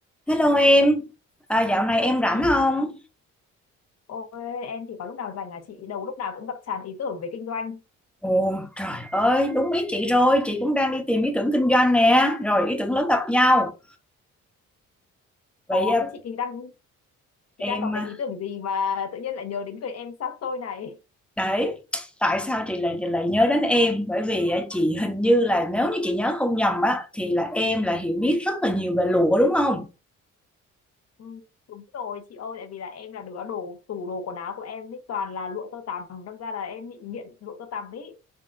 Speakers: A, in the centre; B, on the left.
A: Hello em, à, dạo này
B: Hello
A: em
B: chị,
A: rảnh không?
B: ôi em thì có lúc nào rảnh là chị đầu lúc nào cũng ngập tràn ý tưởng về kinh doanh.
A: Ồ trời ơi, đúng ý chị rồi, chị cũng đang đi tìm ý tưởng kinh doanh nè, rồi ý tưởng lớn gặp nhau. Vậy
B: Có
A: à,
B: thế chị kinh đang chị
A: em,
B: đang có
A: à,
B: cái ý tưởng gì mà tự nhiên lại nhớ đến người em xa xôi này. <laughs>
A: đấy, tại sao chị lại chị lại nhớ đến em? Bởi vì à, chị hình như là nếu như chị nhớ không nhầm á, thì là em là hiểu biết rất là nhiều về lụa đúng không?
B: Ừ, đúng rồi chị ơi, tại vì là em là đứa đồ tủ đồ quần áo của em ấy toàn là lụa tơ tằm, đâm ra là em bị nghiện lụa tơ tằm ấy.